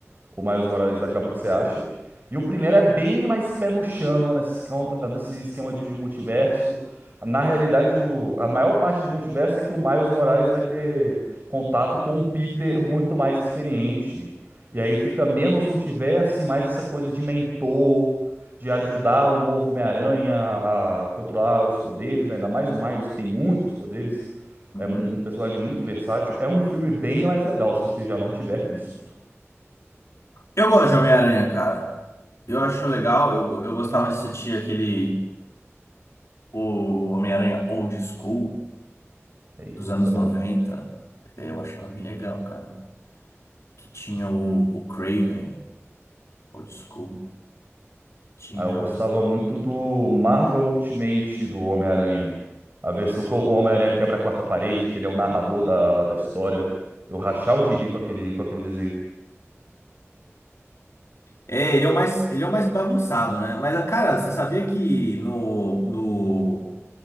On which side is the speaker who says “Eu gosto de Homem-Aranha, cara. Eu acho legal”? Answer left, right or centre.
Left